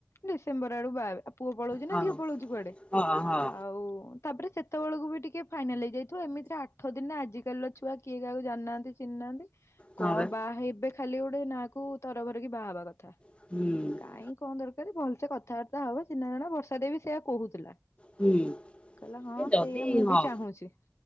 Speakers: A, on the left; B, on the left.
A: ଡିସେମ୍ବର ଆଡୁ ବାହା ହେବେ। ପୁଅ ପଳଉଛି
B: ହଁ
A: ନା ଝିଅ ପଳଉଛି କୁଆଡେ
B: ହଁ ହଁ
A: ଆଉ ତାପରେ ସେତେବେଳକୁ ବି ଟିକେ ଫାଇନାଲ ହେଇଯାଇଥିବ ଏମିତିରେ ଆଠ ଦିନରେ ଆଜିକାଲି ଛୁଆ କିଏ କାହାକୁ ଜାଣି ନାହାନ୍ତି ଚିହ୍ନାହାନ୍ତି
B: ହଁ
A: କଣ
B: ବା
A: ବାହା ହେଇବେ ଖାଲି ଗୋଟେ ନାକୁ ତରଭର କିି ବାହାହବା କଥା
B: ହୁଁ
A: କାଇଁ କଣ ଦରକାର ଭଲସେ କଥାବାର୍ତ୍ତା ହବ ଚିହ୍ନା ଜଣ ବର୍ଷା ଦେବ ସେୟା କହୁଥିଲା।
B: ହୁଁ
A: କହିଲ ହଁ
B: ଯଦି
A: ସେଇଆ ମୁଁ
B: ହଁ
A: ବି ଚାହୁଁଛି।